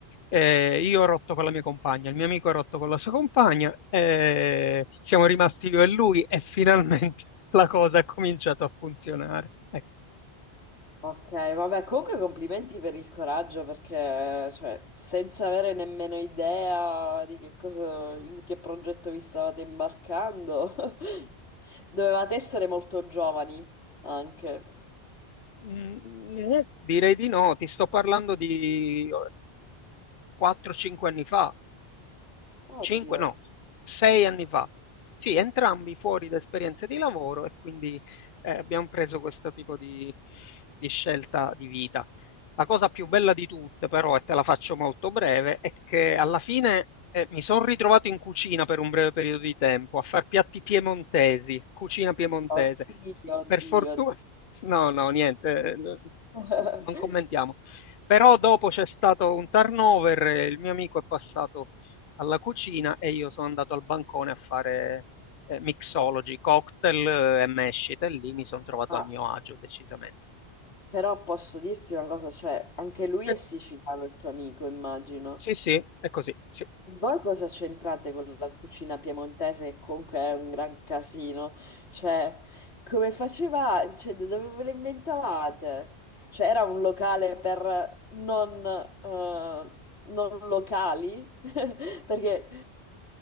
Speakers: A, on the left; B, on the left.
A: Eh, io ho rotto con la mia compagna, il mio amico ha rotto con la sua compagna, eh, siamo rimasti io e lui e finalmente <laughs> la cosa ha cominciato a funzionare. Ecco.
B: Ok, vabbè, comunque complimenti per il coraggio perché, cioè, senza avere nemmeno idea di che cosa, in che progetto vi stavate imbarcando, <laughs> dovevate essere molto giovani anche.
A: Mm, eh, direi di no, ti sto parlando di 4-5 anni fa.
B: Oddio,
A: 5 no, 6 anni fa. Sì, entrambi fuori da esperienze di lavoro e quindi eh, abbiamo preso questo tipo di, di scelta di vita. La cosa più bella di tutte, però, e te la faccio molto breve, è che alla fine eh, mi sono ritrovato in cucina per un breve periodo di tempo a far piatti piemontesi, cucina piemontese.
B: oddio, oddio.
A: Per fortuna, <laughs> no, no, niente, eh,
B: <laughs>
A: non commentiamo. Però dopo c'è stato un turnover, e il mio amico è passato alla cucina e io sono andato al bancone a fare eh, mixology, cocktail eh, e mescite, e lì mi sono trovato
B: Ma
A: a mio agio decisamente.
B: però posso dirti una cosa, cioè, anche lui
A: Eh,
B: è siciliano, il tuo amico, immagino.
A: sì, sì, è così, sì.
B: E Voi cosa c'entrate con la cucina piemontese, che comunque è un gran casino? Cioè, come facevate? Cioè, da dove ve le inventavate? Cioè, era un locale per non, eh, non locali? <laughs> Perché...